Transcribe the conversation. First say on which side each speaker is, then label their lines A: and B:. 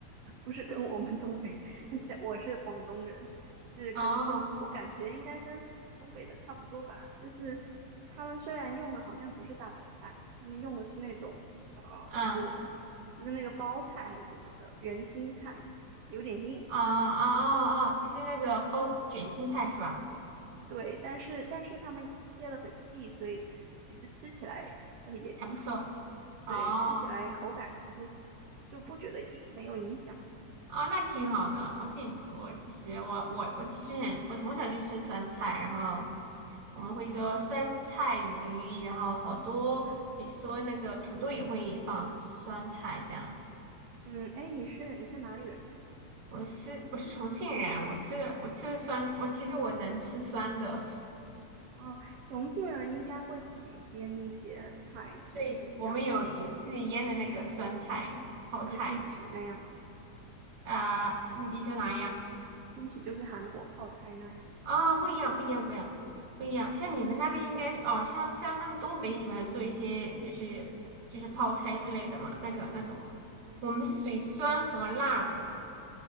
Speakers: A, on the right; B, on the right.
A: 不是跟我们东北，<laughs> 但我是广东人，是跟东，
B: 哦，
A: 我感觉应该跟东北的差不多吧。就是他们虽然用的好像不是大白菜，他们用的是那种呃，
B: 嗯，
A: 就是就是那个包菜还是什么的圆心菜，
B: 哦
A: 有点硬。
B: 哦哦哦，就是那个包卷心菜是吧？
A: 对，但是但是他们切的很细，所以其实吃起来就也挺好的。
B: 还不错，哦。
A: 对，吃起来口感其实就不觉得硬，没有影响。
B: 啊，那挺好的，好幸福哦其实我我我其实很，我从小就吃酸菜，然后我们会做酸菜鱼，然后好多，比如说那个土豆也会放酸菜这样。
A: 嗯，哎，你是你是哪里人？呀？
B: 我是我是重庆人，我吃的我吃的酸，我其实我能吃酸的。
A: 哦，重庆人应该会自己腌一些菜，
B: <laughs>
A: 就是像
B: 对，我们有有自己腌的那个酸菜泡菜，
A: 嗯像 kimchi 那样嘛
B: 啊、你你说哪样？
A: k i m c h i 就是韩国泡菜那样的。
B: 啊，不一样，不一样，不一样，不一样。像你们那边应该哦，像像他们东北喜欢做一些就是就是泡菜之类的嘛，那个那种了我们是属于酸和辣的